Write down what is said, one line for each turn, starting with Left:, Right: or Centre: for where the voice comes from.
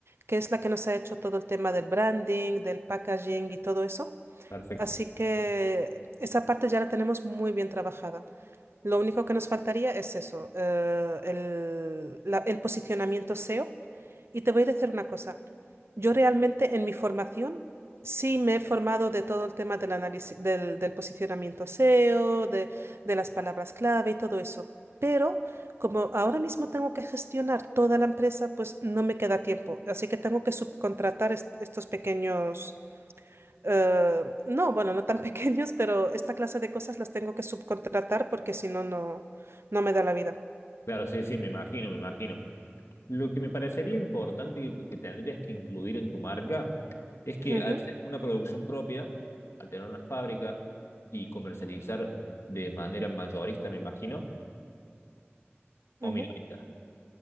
Right: que es la que nos ha hecho todo el tema del branding, del packaging y todo eso.
Left: perfecto.
Right: Así que esa parte ya la tenemos muy bien trabajada. Lo único que nos faltaría es eso, eh, el, la- el posicionamiento SEO. Y te voy a decir una cosa. Yo realmente en mi formación sí me he formado de todo el tema del análisis, del, del posicionamiento SEO, de, de las palabras clave y todo eso. Pero como ahora mismo tengo que gestionar toda la empresa, pues no me queda tiempo. Así que tengo que subcontratar est- estos pequeños eh, no, bueno, no tan <laughs> pequeños, pero esta clase de cosas las tengo que subcontratar porque si no, no, no me da la vida.
Left: Claro, sí, sí, me imagino, me imagino. Lo que me parecería importante que, que tendrías que incluir en tu marca es que
Right: Ujú,
Left: al ser una producción propia, al tener una fábrica y comercializar de manera mayorista, me imagino, o
Right: ujú.
Left: minorista.